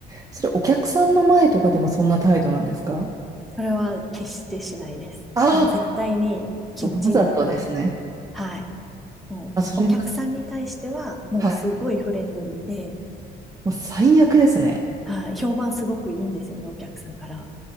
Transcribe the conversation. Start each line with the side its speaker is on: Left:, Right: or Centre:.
Right: それお客さんの前とかでもそんな態度なんですか
Centre: それは決してしないです。
Right: ああー、
Centre: もう絶対にキッチンとか、
Right: そう、わざとですね。
Centre: はい、もう、
Right: あ、それは、
Centre: お客さんに対しては、もうすごいフレンドリーで、
Right: はい。もう最悪ですね。
Centre: はあ評判すごくいいんですよね、お客さんから。